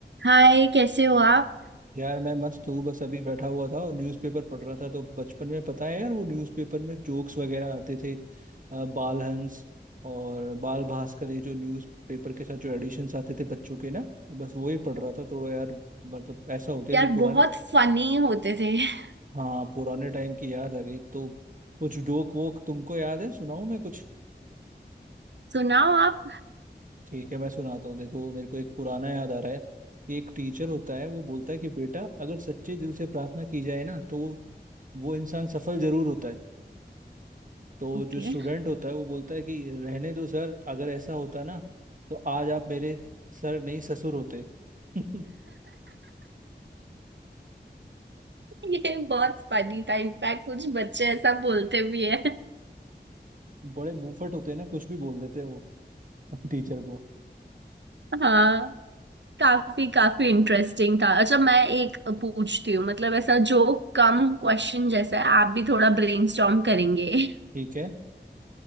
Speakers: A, on the right; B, on the right.
A: हाय कैसे हो आप
B: यार मैं मस्त हूँ बस अभी बैठा हुआ था और न्यूज़पेपर पढ़ रहा था तो बचपन में पता है यार वो न्यूज़पेपर में जोक्स वगैरह आते थे अ, बाल हंस और बाल भास्कर ये जो न्यूज़पेपर के साथ जो एडिशंस आते थे बच्चों के ना तो बस वो ही पढ़ रहा था थोड़ा यार मतलब ऐसा हो गया
A: यार
B: कि पुराना
A: बहुत फनी होते थे <laughs>
B: हाँ पुराने टाइम की याद आ गई तो कुछ जोक वोक तुमको याद है सुनाऊँ मैं कुछ
A: सुनाओ आप
B: ठीक है मैं सुनाता हूँ देखो मेरे को एक पुराना याद आ रहा है कि एक टीचर होता है वो बोलता है कि बेटा अगर सच्चे दिल से प्रार्थना की जाए ना तो वो वो इंसान सफल जरूर होता है तो
A: ओके
B: जो स्टूडेंट
A: <laughs>
B: होता है वो बोलता है कि रहने दो सर अगर ऐसा होता ना तो आज आप मेरे सर नहीं ससुर होते <laughs>
A: ये बहुत फनी था इनफैक्ट कुछ बच्चे ऐसा बोलते भी है
B: बड़े मुंहफट होते हैं ना कुछ भी बोल देते हैं वो टीचर को
A: <laughs> हाँ काफी काफी इंटरेस्टिंग था अच्छा मैं एक पूछती हूँ मतलब ऐसा जो कम क्वेश्चन जैसा है आप भी थोड़ा ब्रेनस्टॉर्म करेंगे <laughs>
B: ठीक है